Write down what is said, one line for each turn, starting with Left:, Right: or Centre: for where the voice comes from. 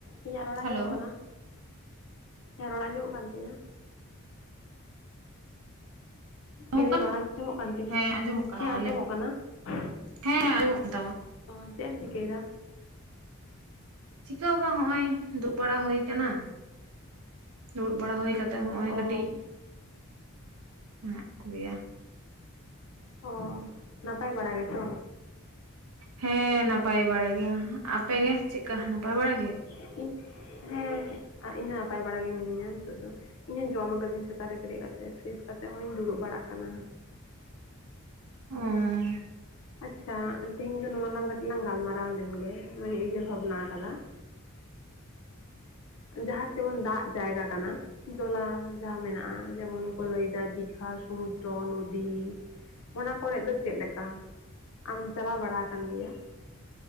Left: ᱤᱧᱟᱹᱜ ᱨᱚᱲᱟ
Right: ᱦᱮᱞᱳ
Left: ᱟᱸᱡᱚᱢᱚᱜ ᱠᱟᱱᱟ ᱾ ᱦᱮᱸ, ᱨᱚᱲ ᱟᱡᱸᱚᱢᱚᱜ ᱠᱟᱱ ᱛᱤᱧᱟᱹ ᱾
Right: ᱟᱸᱡᱚᱢᱚᱜ
Left: ᱞᱟᱹᱭ ᱮᱫᱟᱹᱧ
Right: ᱠᱟᱱᱟ
Left: ᱨᱚᱲ ᱟᱸᱡᱚᱢᱚᱜ ᱠᱟᱱ ᱛᱤᱧᱟᱹ?
Right: ᱦᱮᱸ ᱟᱸᱡᱚᱢᱚᱜ ᱠᱟᱱᱟ
Left: ᱦᱮᱸ ᱟᱸᱡᱚᱢᱚᱜ
Right: ᱞᱟᱹᱭ ᱢᱮ
Left: ᱠᱟᱱᱟ
Right: ᱦᱮᱸ
Left: ᱾
Right: ᱟᱸᱡᱚᱢᱚᱜ ᱠᱟᱱ ᱛᱟᱢᱟ
Left: ᱚ ᱪᱮᱫ ᱮᱢ ᱪᱤᱠᱟᱹᱭ ᱮᱫᱟ?
Right: ᱪᱤᱠᱟ ᱦᱚᱸ ᱵᱟᱝ ᱦᱟᱸᱜ ᱱᱚᱜᱼᱚᱭ ᱫᱩᱲᱩᱵ ᱵᱟᱲᱟ ᱦᱩᱭ ᱟᱠᱟᱱᱟ ᱾ ᱫᱩᱲᱩᱵ ᱵᱟᱲᱟ ᱦᱩᱭ ᱠᱟᱛᱮ ᱦᱚᱸᱜᱼᱚᱭ
Left: ᱚ
Right: ᱠᱟᱹᱴᱤᱡ ᱦᱮᱱᱟᱜ ᱠᱚ ᱜᱮᱭᱟ ᱾
Left: ᱚ ᱱᱟᱯᱟᱭ ᱵᱟᱲᱟ ᱜᱮᱛᱚ?
Right: ᱦᱮᱸ, ᱱᱟᱯᱟᱭ ᱵᱟᱲᱟᱭ ᱜᱮᱭᱟ ᱾ ᱟᱯᱮ ᱜᱮ ᱪᱮᱫᱞᱮᱠᱟ ᱱᱟᱯᱟᱭ ᱵᱟᱲᱟ ᱜᱮ?
Left: ᱤ ᱦᱩᱸ ᱤᱧ ᱦᱚᱸ ᱱᱟᱯᱟᱭ ᱵᱟᱲᱟ ᱜᱮ ᱢᱤᱱᱟᱹᱧᱟ ᱱᱤᱛᱚᱜ ᱫᱚ ᱾ ᱤᱧ ᱦᱚᱸ ᱡᱚᱢ ᱟᱠᱟᱹᱫᱟᱹᱧ ᱥᱮᱛᱟᱜ ᱨᱮ ᱵᱮᱨᱮᱫ ᱠᱟᱛᱮ ᱯᱷᱨᱮᱥ ᱠᱟᱛᱮ ᱦᱚᱸᱜᱼᱚᱭ ᱤᱧ ᱫᱩᱲᱩᱵ ᱵᱟᱲᱟ ᱠᱟᱱᱟ ᱾
Right: ᱚᱸ
Left: ᱟᱪᱪᱷᱟ ᱛᱮᱦᱮᱧ ᱫᱚ ᱱᱚᱣᱟ ᱞᱟᱝ ᱠᱟᱹᱴᱤᱡ ᱞᱟᱝ ᱜᱟᱞᱢᱟᱨᱟᱣ ᱞᱮᱱᱜᱮ ᱱᱚᱣᱟᱧ ᱩᱭᱦᱟᱹᱨ ᱵᱷᱟᱵᱱᱟ ᱟᱠᱟᱫᱟ ᱡᱟᱦᱟᱸ ᱡᱮᱢᱚᱱ ᱫᱟᱜ ᱡᱟᱭᱜᱟ ᱠᱟᱱᱟ ᱡᱚᱞᱟ ᱡᱟᱦᱟᱸ ᱢᱮᱱᱟᱜᱼᱟ ᱡᱮᱢᱚᱱ ᱠᱚ ᱞᱟᱹᱭ ᱮᱫᱟ ᱫᱤᱜᱷᱟ ᱥᱚᱢᱩᱫᱨᱚ ᱱᱚᱫᱤ ᱚᱱᱟ ᱠᱚᱨᱮᱫ ᱫᱚ ᱪᱮᱫ ᱞᱮᱠᱟ ᱟᱢ ᱪᱟᱞᱟᱣ ᱵᱟᱲᱟ ᱟᱠᱟᱱ ᱜᱮᱭᱟ